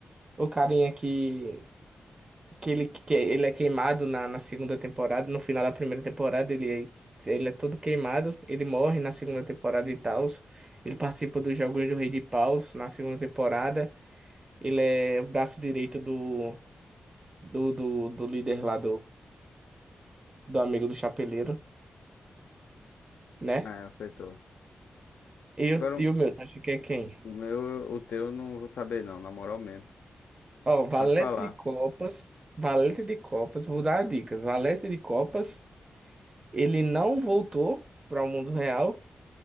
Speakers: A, on the right (about 30°); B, on the left (about 80°).
A: O carinha que. Que ele, que ele é queimado na, na segunda temporada. No final da primeira temporada, ele é, ele é todo queimado. Ele morre na segunda temporada e tal. Ele participa dos Jogos do Rei de Paus na segunda temporada. Ele é o braço direito do, do, do, do líder lá do amigo do chapeleiro, né?
B: Ah, acertou.
A: E
B: Agora
A: o tio meu, tu acha que é quem?
B: o meu, o teu eu não vou saber não, na moral mesmo.
A: Ó, valete
B: Pode falar.
A: de copas, valete de copas, vou dar dicas. Valete de copas, ele não voltou para o mundo real